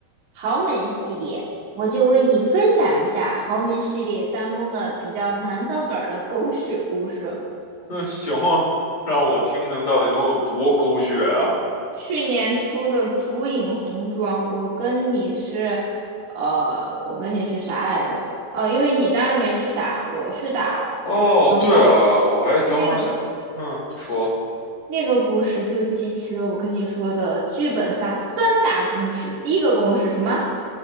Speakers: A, on the right; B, on the left.
A: 豪门系列，我就为你分享一下豪门系列当中的比较难的本儿的狗血故事。
B: <laughs> 那行啊，让我听听到底能有多狗血啊！
A: 去年出的烛影红妆，我跟你是，呃，我跟你是啥来着？哦，因为你当时没去打，我去打了，
B: 哦，
A: 然后
B: 对啊，我还正好想，
A: 那个
B: 嗯，你说，
A: 那个故事就集齐了我跟你说的剧本杀三大公式。第一个公式什么？